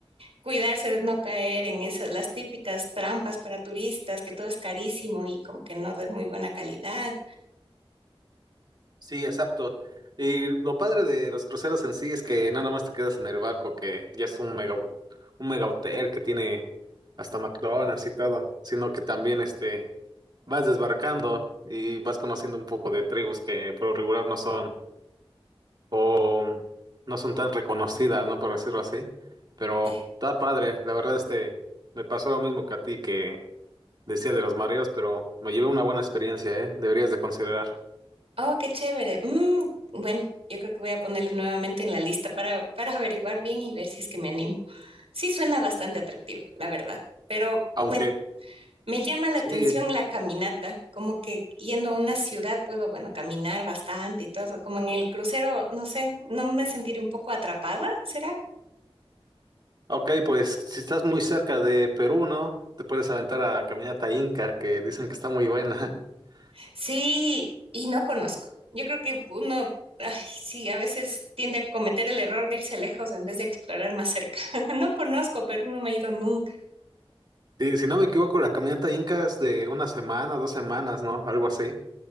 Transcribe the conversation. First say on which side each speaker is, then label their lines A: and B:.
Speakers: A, on the right; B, on the right.
A: cuidarse de no caer en esas, las típicas trampas para turistas, que todo es carísimo y como que no de muy buena calidad.
B: Sí, exacto. Y lo padre de los cruceros en sí es que no nomás te quedas en el barco, que ya es un mega, un mega hotel que tiene hasta McDonald's y todo, sino que también este vas desbarcando y vas conociendo un poco de tribus que por lo regular no son o no son tan reconocidas, ¿no? Por decirlo así. Pero
A: Eh,
B: está padre. La verdad, este me pasó lo mismo que a ti que decía de los mareos, pero me llevé una buena experiencia, ¿eh? Deberías de considerar.
A: Oh, qué chévere. Mm, bueno, yo creo que voy a ponerlo nuevamente en la lista para, para averiguar bien y ver si es que me animo. Sí, suena bastante atractivo, la verdad, pero
B: Aunque
A: me, me llama la
B: Sí,
A: atención la caminata, como que yendo a una ciudad puedo, bueno, caminar bastante y todo, como en el crucero, no sé, no me sentiré un poco atrapada, ¿será?
B: Ok, pues si estás muy cerca de Perú, ¿no? Te puedes aventar a Caminata Inca, que dicen que está muy buena. <laughs>
A: Sí, y no conozco. Yo creo que uno, ay, sí, a veces tiende a cometer el error de irse lejos en vez de explorar más cerca. <laughs> No conozco, Perú no me he ido nunca.
B: Sí, si no me equivoco, la Caminata Inca es de una semana, dos semanas, ¿no? Algo así.